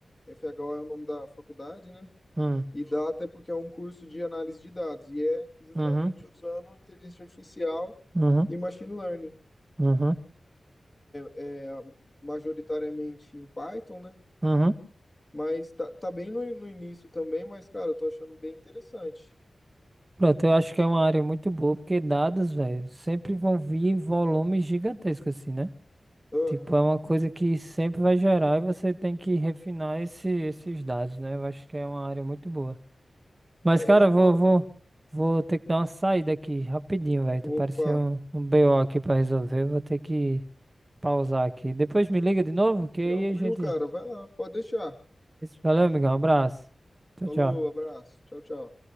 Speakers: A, on the left; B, on the right.
A: FHO é o nome da faculdade, né?
B: Hum,
A: E Data é porque é um curso de análise de dados e é justamente
B: uhum,
A: usando inteligência artificial
B: uhum,
A: e machine learning.
B: uhum,
A: É majoritariamente em Python, né?
B: uhum.
A: Mas tá, tá bem no, no início também, mas, cara, eu tô achando bem interessante.
B: Pronto, eu acho que é uma área muito boa, porque dados, velho, sempre vão vir em volumes gigantescos, assim, né?
A: Aham.
B: Tipo, é uma coisa que sempre vai gerar e você tem que refinar esse- esses dados, né? Eu acho que é uma área muito boa. Mas,
A: É,
B: cara,
A: eu
B: eu
A: tô.
B: vou, vou, vou ter que dar uma saída aqui rapidinho, velho. Tu
A: Opa,
B: pareceu um, um BO aqui pra resolver. Vou ter que pausar aqui. Depois me liga de novo, que aí
A: tranquilo,
B: a gente.
A: cara. Vai lá, pode deixar.
B: Valeu, amigão. Um abraço. Tchau,
A: Falou,
B: tchau.
A: abraço. Tchau, tchau.